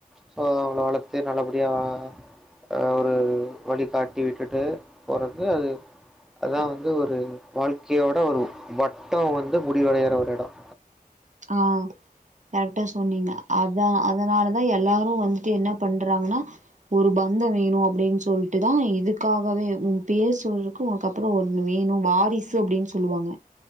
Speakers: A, in the centre; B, on the right (about 55°).
A: சோ அவள வளத்து நல்லபடியாஹ் ஒரு வழி காட்டி விட்டுட்டு போறது அது அதான் வந்து ஒரு வாழ்க்கையோட ஒரு வட்டோ வந்து முடிவடையற ஒரு இடம்
B: ஆஹ் கரெக்டா சொன்னீங்க அத அதனாலதான் எல்லாரு வந்துட்டு என்ன பண்றாங்கன்னா ஒரு பந்தோ வேணும் அப்டின் சொல்ட்டுதான் இதுக்காகவே உன் பேர் சொல்றக்கு உனக்கு அப்புறோ ஒண்ணு வேணு வாரிசு அப்டின்னு சொல்லுவாங்க